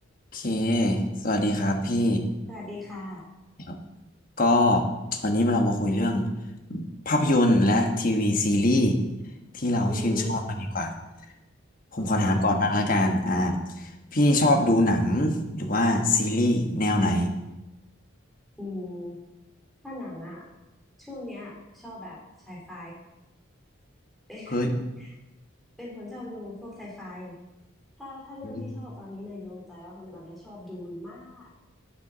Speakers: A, on the left (about 40°); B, in the centre.
A: โอเคสวัสดีครับพี่
B: สวัสดีค่ะ
A: ครับก็วันนี้เรามาคุยเรื่องภาพยนตร์และทีวีซีรีส์ที่เราชื่นชอบกันดีกว่า
B: อือหือ
A: ผมขอถามก่อนบ้างแล้วกัน
B: โอเค
A: อ่าพี่ชอบดูหนังหรือว่าซีรีส์แนวไหน
B: อืมถ้าหนังอะช่วงเนี้ยชอบแบบไซไฟเป็น <laughs>
A: เฮ้ย
B: เป็นคนชอบดูพวกไซไฟถ้าถ้าเรื่องที่ชอบตอนนี้ในดวงใจก็คือตอนเนี้ยชอบดูนมาก
A: อืม